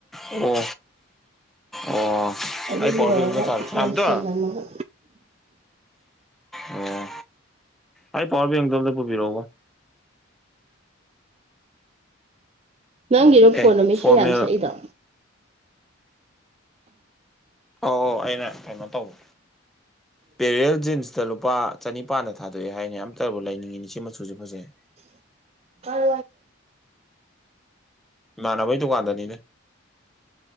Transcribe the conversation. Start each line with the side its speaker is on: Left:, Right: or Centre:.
Centre: ꯑꯣ ꯑꯣ
Right: ꯑꯗꯨ
Centre: ꯑꯩ
Right: ꯂꯣꯏꯔꯒ
Centre: ꯄꯥꯋ꯭ꯔ ꯕꯦꯡ ꯇꯣ ꯄꯥꯝ ꯃꯥꯝꯇꯣꯟ
Right: ꯂꯣꯏꯁꯤꯜꯂꯝꯃꯒ
Centre: ꯑꯣ ꯑꯩ ꯄꯋꯔ ꯕꯦꯡꯀ ꯇꯣ ꯑꯃꯇ ꯄꯨꯕꯤꯔꯛ ꯎꯕꯥ
Right: ꯅꯪꯒꯤꯔꯣ ꯐꯣꯟ
Centre: ꯑꯦ
Right: ꯑꯃꯥ ꯏꯁꯩ
Centre: ꯐꯣꯔꯃꯦꯜ
Right: ꯌꯥꯝ ꯁꯛꯏꯗꯣ
Centre: ꯑꯣ ꯑꯣ ꯑꯩꯅ ꯀꯩꯅꯣ ꯇꯧꯕ
Right: <inaudible>
Centre: ꯄꯦꯔꯦꯔꯦꯜ ꯖꯤꯟꯁꯇ ꯂꯨꯄꯥ ꯆꯅꯤꯄꯥꯥꯟꯗ ꯊꯥꯗꯣꯛꯑꯦ ꯍꯥꯏꯅꯦ ꯑꯝꯇꯕꯨ ꯂꯩꯅꯤꯡꯉꯤꯅꯤ ꯁꯤ ꯃꯆꯨꯁꯦ ꯐꯖꯩ
Right: <unintelligible>
Centre: ꯏꯃꯥꯟꯅꯕꯩ ꯗꯨꯀꯟꯗꯅꯤꯅꯦ